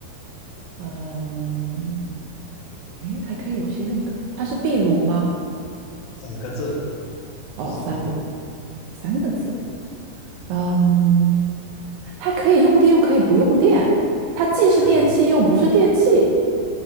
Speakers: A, on the right; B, on the left.
A: 嗯，哎，还可以有些用的。它是壁炉吗？
B: 三个字，
A: 哦，
B: 不是壁炉。
A: 三三个字。嗯，它可以用电，又可以不用电。它既是电器，
B: 对呀。
A: 又不是电器。